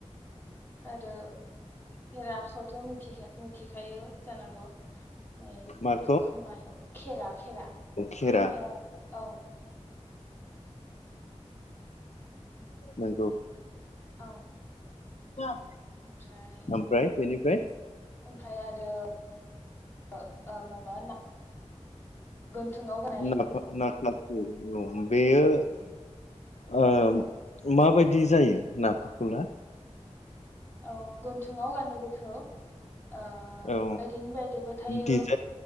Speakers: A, on the left; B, on the left.
A: आरो खेराखौथ' मिथिखा मिथिखायो जानांगौ। नै
B: माखौ
A: खोमायाव खेरा खेरा
B: खेरा
A: खोमायाव औ <inaudible>
B: नंगौ
A: औ
B: <unintelligible>
A: ओमफ्राय
B: आमफ्राय बिनि फ्राय
A: ओमफ्राय आरो ओ ओ माबा <unintelligible> गाननाय
B: <unintelligible> बेयो ओ माबायदि जायो नाफाखुला
A: औ गन्थुङाव गाननो बेखौ ओ
B: औ
A: ओरैनो बायदिबो थायो
B: डिजाइन